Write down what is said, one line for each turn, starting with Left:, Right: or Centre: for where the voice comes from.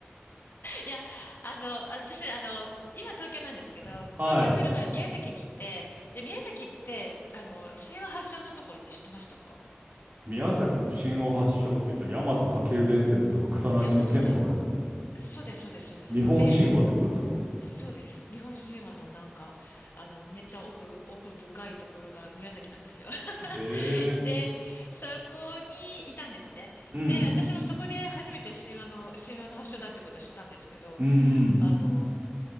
Left: いや、あの、私、あの、今東京なんですけど、
Right: <laughs> はい。
Left: 東京来る前宮崎にいて、で、宮崎って、あの、神話発祥のところって知ってましたか
Right: 宮崎の神話発祥って言ったら、大和武尊伝説とか草薙の剣とかですか
Left: 大和そうです、そうです、そうです。
Right: 日本神話ってことですか
Left: で、そうです。日本神話のなんか、あの、めっちゃ奥、奥深いところが宮崎なんですよ。<laughs>
Right: <laughs> ええ
Left: で、そこにいたんですね。
Right: うん。
Left: で、私もそこで初めて神話の、神話の発祥だっていうことを知ったんですけど、
Right: うんうん。
Left: あの、